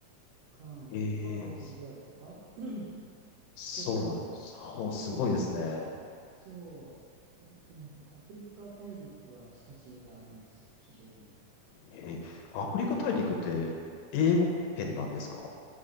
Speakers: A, on the right (about 75°); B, on the left (about 85°).
A: ガーナとか、
B: へえ、
A: コートジボワールとか、<clears throat>
B: そう、
A: 結構、
B: そう、すごいですね。
A: うん、そう、うん、アフリカ大陸は親しみがあります、非常に。
B: えー、アフリカ大陸って英語圏なんですか
A: うん